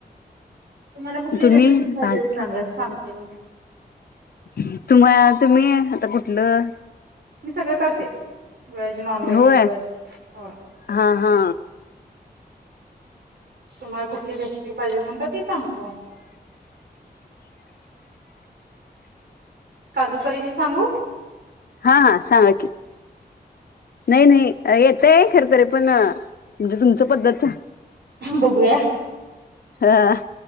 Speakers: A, on the right; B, on the left.
A: तुम्हाला कुठली
B: तुम्ही
A: रेसिपी पाहिजेल
B: भाजी
A: सांगा सांगते मी,
B: <inaudible> तुम्हा तुम्ही आता कुठलं
A: मी सगळें करते व्हेज नॉन व्हेज
B: होय
A: सगळं असत होय
B: हा! हा!
A: तुम्हाला कुठली रेसिपी पाहिजेल म्हणता ती सांगतो. काजू करीची सांगु
B: हा-हा सांगा कि नाही-नाही येतय खरंतरी पण म्हणजे तुमच पद्धत <inaudible>
A: बघूया
B: हा,